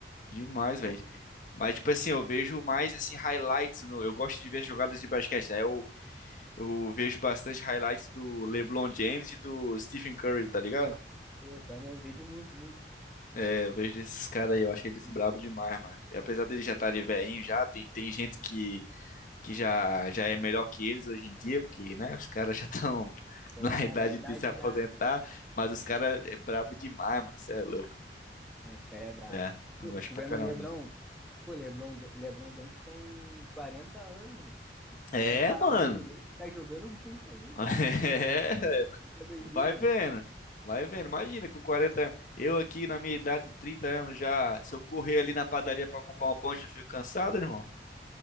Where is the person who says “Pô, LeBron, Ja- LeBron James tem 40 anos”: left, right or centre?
Centre